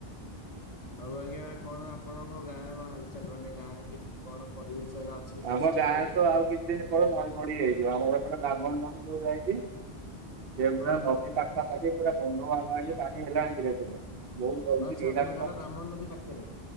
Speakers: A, on the left; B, on the right.
A: ଆଉ ଆଜ୍ଞା କଣ ଆପଣଙ୍କ ଗାଁ ହାଲଚାଲ ମାନେ ଗାଁ ରେ କେମିତି କଣ ପରିବେଶ ଏଇନା। ଅଛି ବର୍ଷା
B: ଆମ ଗାଁରେ
A: ପାଇଁ
B: ତ ଆଉ କିଛି ଦିନ ପରେ ନଈ ବଢ଼ୀ ହେଇଯିବ ଆମରଏପଟେ ବ୍ରାହ୍ମଣୀ ନଦୀ ଯୋଉ ଯାଇଛି। ସେ ପୁରା
A: ହଁ ହଁ
B: ନଦୀ ପାଖା ପାଖି ପୁରା ବନ୍ଧ ବନ୍ଧ ପାଖାପାଖି ପାଣି ହେଲାଣି ଧିରେ ଧିରେ।
A: ଆଚ୍ଛା ଆପଣଙ୍କ ଗାଁ ଟା ବ୍ରାହ୍ମଣ
B: <unintelligible>
A: ନଦୀ ପାଖରେ